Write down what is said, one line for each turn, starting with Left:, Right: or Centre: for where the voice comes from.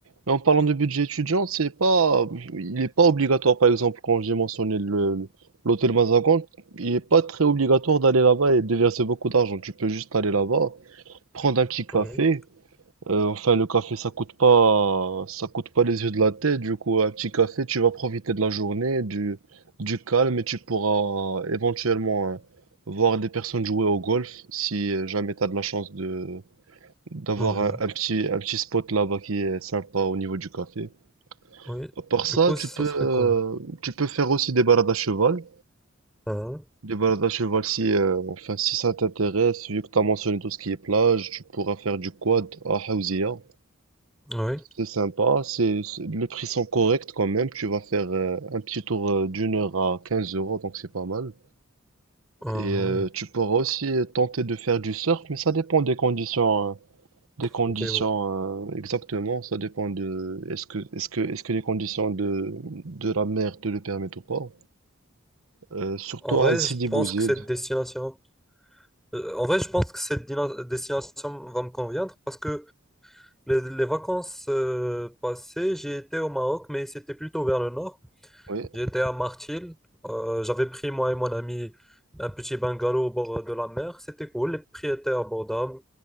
Right: Mais en parlant de budget étudiant, c'est pas, il n'est pas obligatoire, par exemple, quand j'ai mentionné le- l'hôtel Mazagon, il n'est pas très obligatoire d'aller là-bas et de verser beaucoup d'argent. Tu peux juste aller là-bas, prendre un petit café,
Centre: Oui,
Right: Euh, enfin, le café, ça coûte pas, ça coûte pas les yeux de la tête. Du coup, un petit café, tu vas profiter de la journée, du, du calme et tu pourras éventuellement euh, voir des personnes jouer au golf si euh, jamais tu as de la chance de d'avoir
Centre: oui,
Right: un, un petit, un petit spot là-bas qui est sympa au niveau du café.
Centre: oui.
Right: À part
Centre: Du
Right: ça,
Centre: coup,
Right: tu
Centre: ça
Right: peux,
Centre: serait
Right: euh,
Centre: cool.
Right: tu peux faire aussi des balades à cheval.
Centre: Ah,
Right: Des balades à cheval si, euh, enfin, si ça t'intéresse, vu que tu as mentionné tout ce qui est plage, tu pourras faire du quad à Hawzia.
Centre: oui,
Right: C'est sympa, c'est, c'est- les prix sont corrects quand même. Tu vas faire euh, un petit tour euh, d'une heure à 15 euros, donc c'est pas mal.
Centre: ah,
Right: Et euh,
Centre: oui.
Right: tu pourras aussi euh, tenter de faire du surf, mais ça dépend des conditions, euh, des conditions
Centre: Météo.
Right: euh, exactement. Ça dépend de est-ce que est-ce que est-ce que les conditions de de la mer te le permettent ou pas. Euh, surtout
Centre: En vrai,
Right: à Sidi
Centre: je pense
Right: Bouzid.
Centre: que cette destination, euh, en vrai, je pense que cette dina- destination va me convenir parce que les, les vacances euh, passées, j'ai été au Maroc, mais c'était plutôt vers le nord.
Right: Oui,
Centre: J'étais à Martil. Euh, j'avais pris moi et mon ami un petit bungalow au bord de la mer. C'était cool. Les prix étaient abordables.